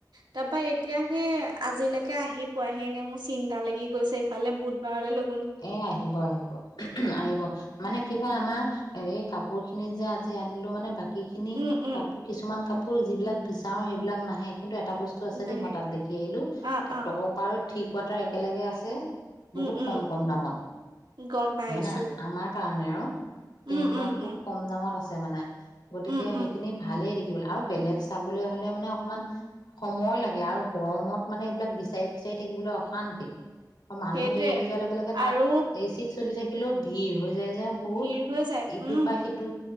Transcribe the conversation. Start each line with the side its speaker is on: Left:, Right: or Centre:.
Right: তাৰ পৰা এতিয়া সেই আজিলৈকে আহি পোৱাহিনে মোক। চিন্তা লাগি গৈছে। এইফালে বুধবাৰলৈ।
Left: এ আহিব আহিব আহিব উম উম মানে কি হল আমাৰ। এ এই কাপোৰখিনি যে আজি আনিলো মানে বাকী। এইখিনি
Right: উম উম
Left: কাপোৰ কিছুমান কাপোৰ। আকৌ যিবিলাক বিচাৰোঁ সেইবিলাক নাহে। কিন্তু এটা বস্তু আছে
Right: নাহে
Left: দেই মই তাত দেখি আহিলো
Right: অ অ
Left: তৰপাৰ। টি কোৱাটাৰ একেলগে আছে। বহুত
Right: উম উম
Left: কম। কম দামত
Right: গম পাইছো
Left: মানে আমাৰ কাৰণে। নে অৰ। তেনেকুৱা
Right: উম উম
Left: খুব
Right: উম
Left: কম দামত আছে। মানে। গতিকে
Right: উম
Left: সেইখিনি
Right: উম
Left: ভালেই দি। খিবলে আৰু বেলেগ চাবলৈ হলে মানে অকমান সময় লাগে আৰু গৰমত মানে এইবিলাক বিচাৰি খুচাৰি থাকিবলৈ অশান্তি। অ মানুহ
Right: সেইটোৱে
Left: দেই এই যোৱা লক। তাত
Right: আৰু
Left: এই চিচ। চলি থাকিলেও ভিৰ হয়। যাই যাই বহুত
Right: ভিৰ হৈ যায়
Left: ইটোৰ
Right: উম
Left: পৰা সিটো।